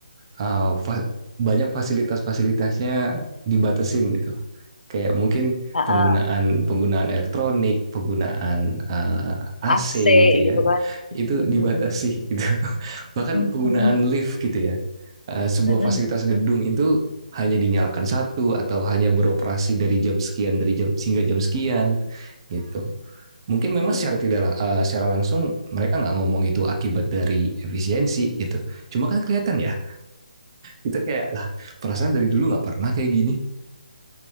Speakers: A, on the right; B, on the left.
A: uh, fa- banyak fasilitas-fasilitasnya dibatasin gitu. Kayak mungkin
B: ha-ha,
A: penggunaan penggunaan elektronik, penggunaan uh, AC
B: AC
A: gitu
B: gitu
A: ya,
B: kan.
A: itu
B: Mhm.
A: dibatasi gitu. <laughs>
B: Mhm,
A: Bahkan
B: mhm.
A: penggunaan
B: mhm.
A: lift gitu ya, uh, sebuah
B: Mm-mm,
A: fasilitas gedung
B: mm-mm,
A: itu hanya dinyalakan satu atau hanya beroperasi dari jam sekian dari jam sehingga jam sekian gitu. Mungkin memang
B: mm-mm.
A: secara tidak uh, secara langsung mereka nggak ngomong itu akibat dari efisiensi gitu. Cuma kan kelihatan ya kita kayak lah perasaan dari dulu nggak pernah kayak gini